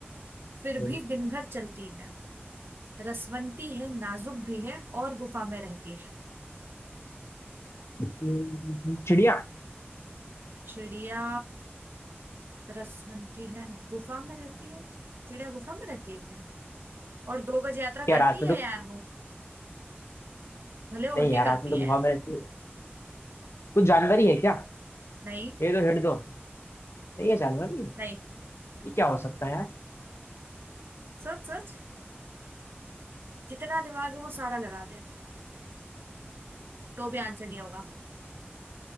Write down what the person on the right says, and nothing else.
फिर
भी दिन भर चलती है रसवंती है नाजुक भी है और गुफा में रहती है
चिड़िया रसवंती है गुफा में रहती है चिड़िया गुफा में रहती है और दो गज यात्रा
करती
है
यार वो भले उड़
के
करती
है
नहीं
नहीं
सोच सोच जितना दिमाग है वो सारा लगा दे तो भी आंसर नहीं होगा